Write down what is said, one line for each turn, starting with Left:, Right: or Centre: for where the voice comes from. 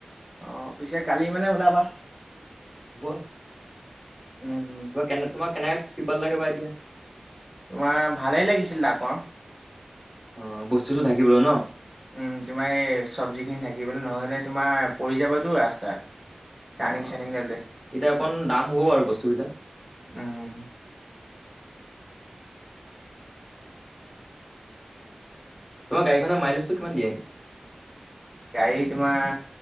Centre: অ পিছে কালি মানে ওলাবা
Left: হ'ব
Centre: উম উম
Left: তোমাক কেনে তোমাক কেনেকা টিপাল লাগে বা এতিয়া
Centre: তোমাৰ ভালেই লাগিছিল ডাঙৰ
Left: অ বস্তু চস্ত ঢাকিবলৈ ন
Centre: উম তোমাৰ এই চব্জি খিনি ঢাকিবলৈ নহলে তোমাৰ পৰি যাবটো ৰাস্তাত
Left: অ
Centre: টাৰ্ণিং চাৰ্ণিং ললে
Left: এতিয়া অকণ দাম হ'ব বাৰু বস্তুবিলাক
Centre: উম
Left: তোমাৰ গাড়ীখনে মাইনাছটো কিমান দিয়ে
Centre: গাড়ী তোমাৰ